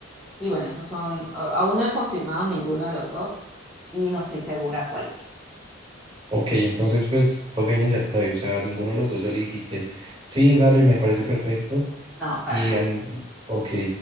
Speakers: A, in the centre; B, on the right.
A: y bueno, esos son, a- aún no he confirmado ninguno de los dos y no estoy segura a cuál ir.
B: Ok, entonces pues toca iniciar por ahí. O sea, a ninguno de los dos ya le dijiste, sí, dale, me parece perfecto.
A: No, para
B: Y
A: nada.
B: a ni... Ok.